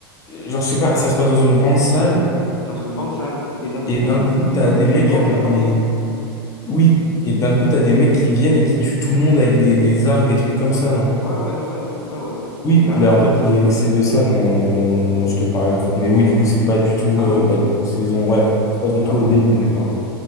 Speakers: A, on the left (about 25°); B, on the left (about 70°).
A: genre, je sais pas, ça se passe dans une grande salle,
B: dans une grande salle. Et d'un coup,
A: et d'un coup,
B: il, il,
A: t'as
B: é-
A: des
B: il
A: mecs
B: égorge
A: avec
B: la mariée.
A: des, oui, et d'un coup, t'as des mecs qui viennent et qui tuent tout le monde avec des, des arcs, des trucs comme ça, non?
B: Ouais, ouais, ouais, ouais, ouais, ouais.
A: Oui,
B: Et là,
A: ben en fait c'est c'est de ça dont, dont, dont, dont, dont je te parlais en fait. Mais oui, du coup c'est pas du tout
B: ah
A: euh,
B: oui,
A: pas du tout saison,
B: tu- tu-
A: ouais, c'est pas du tout
B: ah ouais,
A: au début.
B: ok, d'accord.